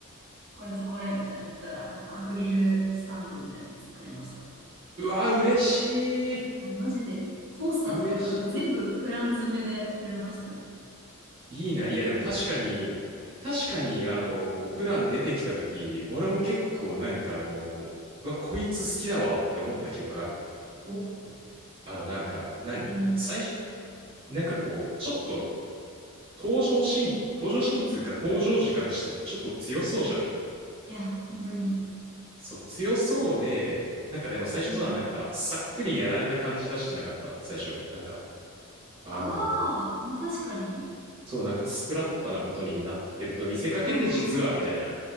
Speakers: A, on the right (about 55°); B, on the right (about 25°).
A: これとこれみたいなの言ったら、なんかアクリルスタンドみたいなやつくれました。
B: うん。うわ、嬉しい。
A: なマジで、コースターとか、
B: 嬉し
A: なんか全部フラン詰めでくれましたね。
B: い。いいな。いや、でも確かに、確かに、あの、プラン出てきたとき、俺も結構なんかあの、うわ、こいつ好きだわって思った記憶ある。
A: お、
B: あの、なんか、
A: いに、
B: 何最初、なんかこう、ちょっと登場シーン、登場シーンつうか登場時からしてちょっと強そうじゃん。
A: いや、本当に。
B: そう、強そうで、なんかでも最初さ、
A: うん。
B: なんか、さっくりやられた感じ出してなかった最初。なんか、あの、
A: ああ、まあ確かに。
B: そう、なんかスプラッタなことになってると見せかけて、
A: はいはいはいはい。
B: 実は、みたいな。